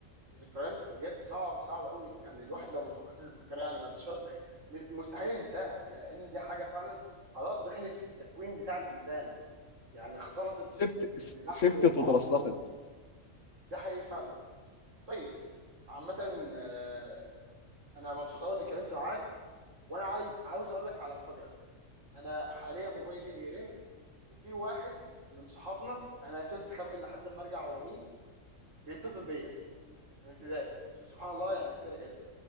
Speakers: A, on the right (about 70°); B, on the left (about 70°).
A: ذكريات بجد صعب صعب قوي يعني الواحد لو ما فكرش يفتكرها يعني بعد الشر م- مستحيل ينساها يعني ان دي حاجه فعلا خلاص دخلت في التكوين بتاع الانسان يعني اختلطت ب-
B: سبت
A: ب-
B: س-
A: بلحمه
B: سبتت
A: وبعظمه
B: وترسخت
A: ده حقيقي فعلا طيب عامه آه، انا مبسوط قوي اني اتكلمت معاك وانا عايز عاوز اقول لك على مفاجاه انا حاليا موبايلي بيرن وفي واحد من صحابنا انا هسيبك تخمن لحد ما ارجع هو مين بيتصل بيا من ابتدائي شوف سبحان الله يعني السيره جت